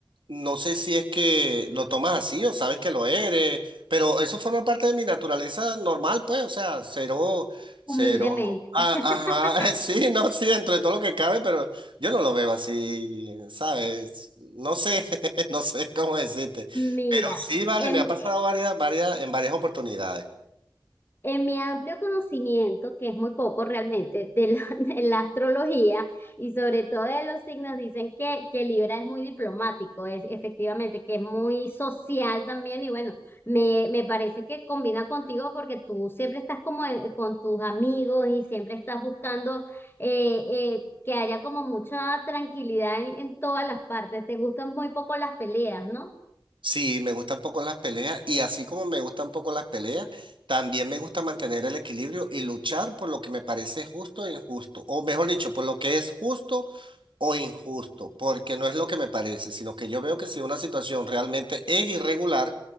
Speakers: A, on the right; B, on the left.
A: No sé si es que lo tomas así o sabes que lo eres pero eso forma parte de mi naturaleza normal, pues, o sea, cero, cero.
B: humildemente.
A: Ah,
B: <laughs>
A: ajá, <laughs> sí, no, sí, dentro de todo lo que cabe, pero yo no lo veo así, ¿sabes? No sé, <laughs> no sé cómo decirte.
B: Mira,
A: Pero sí, vale,
B: em,
A: me ha pasado
B: eh,
A: varias, varias, en varias oportunidades.
B: En mi amplio conocimiento, que es muy poco realmente, de la, <laughs> de la astrología y sobre todo de los signos, dicen que, que Libra es muy diplomático, es efectivamente, que es muy social también y bueno, me, me parece que combina contigo porque tú siempre estás como en- con tus amigos y siempre estás buscando eh, eh, que haya como mucha tranquilidad en, en todas las partes. Te gustan muy poco las peleas, ¿no?
A: Sí, me gustan poco las peleas y así como me gustan poco las peleas, también me gusta mantener el equilibrio y luchar por lo que me parece justo e injusto, o mejor dicho, por lo que es justo o injusto, porque no es lo que me parece, sino que yo veo que si una situación realmente es irregular,